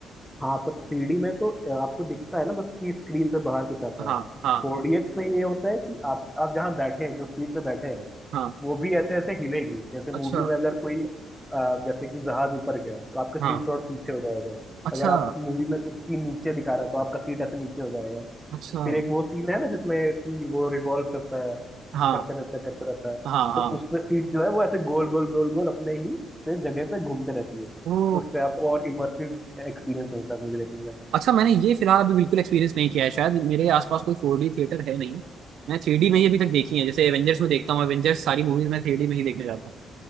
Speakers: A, in the centre; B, on the right (about 75°).
A: हाँ पर थ्री डी में तो अ, आपको दिखता है ना बस कि स्क्रीन से बाहर कुछ आता
B: हाँ
A: है
B: हाँ
A: फोर डी एक्स में ये होता है कि आप आप जहाँ बैठे हैं जो सीट पे बैठे हैं
B: हाँ
A: वो भी ऐसे ऐसे हिलेगी जैसे मूवी
B: अच्छा
A: में अगर कोई अ, जैसे कि जहाज ऊपर गया तो आपका सीट
B: हाँ
A: और पीछे हो जाएगा
B: अच्छा
A: अगर आप मूवी में कुछ सीन नीचे दिखा रहा है तो आपका सीट ऐसे नीचे हो जाएगा
B: अच्छा
A: फिर एक वो सीन है ना जिसमें कि वो रिवॉल्व करता है
B: हाँ
A: करते रहता है करते रहता है
B: हाँ हाँ
A: तो उसमें सीट जो है वो ऐसे गोल गोल गोल गोल अपने ही से जगह पे घूमते रहती है
B: ओ
A: तो उससे आपको और इमर्सिव एक्सपीरियंस मिलता है मुझे देखने का
B: अच्छा मैंने ये फिलहाल अभी बिल्कुल एक्सपीरियंस नहीं किया है शायद मेरे आसपास कोई फोर डी थिएटर है नहीं मैं थ्री डी में ही अभी तक देखी है जैसे एवेंजर्स में देखता हूँ एवेंजर्स सारी मूवीज मैं थ्री डी में ही देखने जाता हूँ